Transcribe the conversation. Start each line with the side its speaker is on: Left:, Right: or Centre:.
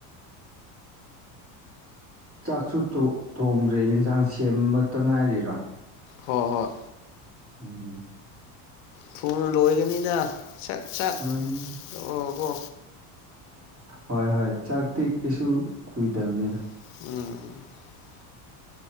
Right: ꯆꯥꯛꯁꯨ ꯊꯣꯡꯗ꯭ꯔꯦ ꯌꯦꯟꯁꯥꯡ ꯁꯦꯝꯃꯛꯇ ꯉꯥꯏꯔꯤꯔꯣ
Left: ꯍꯣꯏ ꯍꯣꯏ
Right: ꯎꯝ
Left: ꯊꯨꯅ ꯂꯣꯏꯒꯅꯤꯗ ꯁꯠ ꯁꯠ
Right: ꯂꯣꯏꯅꯤꯗ
Left: ꯂꯥꯛꯑꯣ ꯀꯣ
Right: ꯍꯣꯏ ꯍꯣꯏ ꯆꯥꯛꯇꯤ ꯀꯩꯁꯨ ꯀꯨꯏꯗꯕꯅꯤꯅ
Left: ꯎꯝ